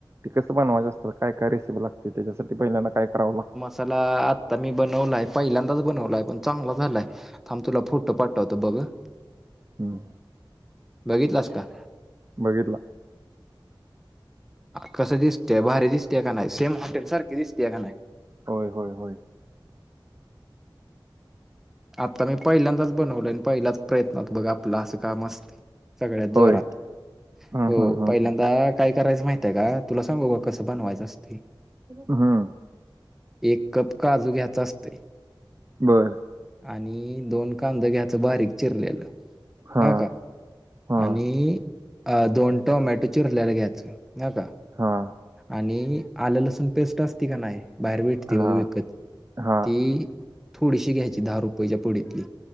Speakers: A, on the right; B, in the centre.
A: ते कसं बनवायं असतात काय, काय रेसिपी लागते त्याच्यासाठी पहिल्यांदा काय करावं लागतं
B: चला आत्ता मी बनवलाय पहिल्यांदाच बनवलाय पण चांगला झालाय थांब तुला फोटो पाठतवतो होत बघ आ
A: हम
B: बघितलास का
A: बघितला
B: कसं दिसतय भारी दिसते का नाही सेम हॉटेल सारखे दिसते का नाही
A: होय, होय, होय
B: आता मी पहिल्यांदाच बनवलय आणि पहिलाच प्रयत्नत बघ आपलं असं काम असतंय सगळ्यात जोरात
A: होय हम्म
B: हो
A: हम्म हम्म
B: पहिल्यांदा काय करायचं माहितय का तुला सांगू का कसं बनवायचं असतय
A: हम्म हम्म
B: एक कप काजू घ्यायचा असतय
A: बर
B: आणि दोन कांदा घ्यायचं बारीक चिरलेलं
A: हा
B: ह का
A: हा
B: आणि दोन टोमॅटो चिरलेल घ्याच ह का
A: हा
B: आणि आलं लसूण पेस्ट असती का नाही बाहेर भेटते
A: हा
B: बघ विकत
A: हा
B: ती थोडीशी घ्यायची दहा रुपयाेच्या प पुढीतली